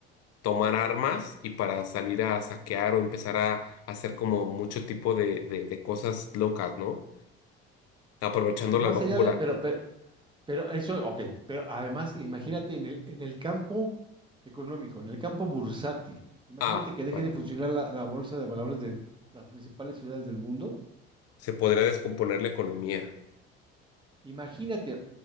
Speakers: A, on the left (about 55°); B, on the right (about 15°).
A: tomar armas y para salir a saquear o empezar a hacer como mucho tipo de, de, de cosas locas, ¿no? Aprovechando
B: Pero
A: la
B: más
A: locura.
B: allá de, pero, pero, pero eso, ok, pero además imagínate en el, en el campo económico, en el campo bursátil. Imagínate
A: Ah,
B: que deje
A: vale.
B: de funcionar la, la bolsa de valores de las principales ciudades del mundo.
A: Se podría descomponer la economía,
B: Imagínate,